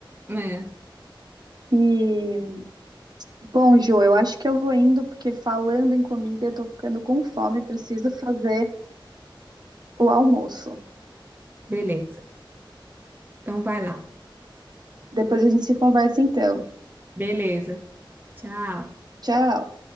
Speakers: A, on the right (about 20°); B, on the right (about 55°).
A: É,
B: E, bom, Ju, eu acho que eu vou indo, porque falando em comida, eu tô ficando com fome, preciso fazer o almoço.
A: beleza. Então vai lá.
B: Depois a gente se conversa então.
A: Beleza. Tchau.
B: Tchau.